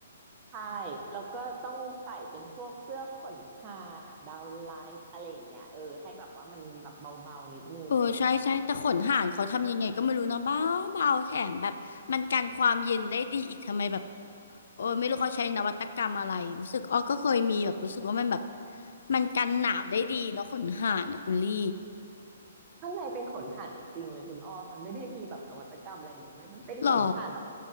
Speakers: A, on the right; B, on the left.
A: ใช่แล้วก็ต้องใส่เป็นพวกเสื้อขนห่านดาวนไลท์อะไรอย่างเงี้ยเออให้แบบว่ามันแบบเบาๆนิดนึงอะไรอย่างเงี้ยเออ
B: เออใช่ใช่แต่ขนห่านเขาทำยังไงก็ไม่รู้เนาะเบาเบาแถมแบบมันกันความเย็นได้ดีอีกทำไมแบบเออไม่รู้เขาใช้นวัตกรรมอะไรรู้สึกอ้อก็เคยมีแบบรู้สึกว่ามันแบบมันกันหนาวได้ดีเนาะขนห่านนะคุณลี่
A: ข้างในเป็นขนห่านจริงๆเลยคุณอ้อมันไม่ได้มีแบบนวัตกรรมอะไรเลยเว้ยมันเป็นขนห่านแบบ
B: หรอ